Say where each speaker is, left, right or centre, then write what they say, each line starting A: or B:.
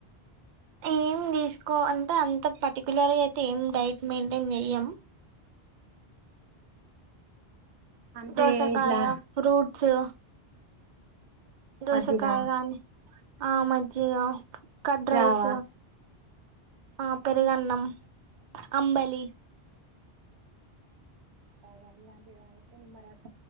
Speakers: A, on the right (about 55°); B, on the right (about 80°).
A: ఏం తీసుకో అంటే అంత పర్టికుయలర్గా అయితే ఏం డైట్ మెయింటైన్ చెయ్యం
B: అంటే
A: దోసకాయ
B: ఇట్లా
A: ఫ్రూట్ ట్సు దోసకాయ
B: మజ్జిగ
A: గానీ ఆ మజ్జిగా కర్డ్
B: జావా
A: రైస్ ఆ పెరుగన్నం అంబలి
B: తాగాలి అంటె నిమ్మరసం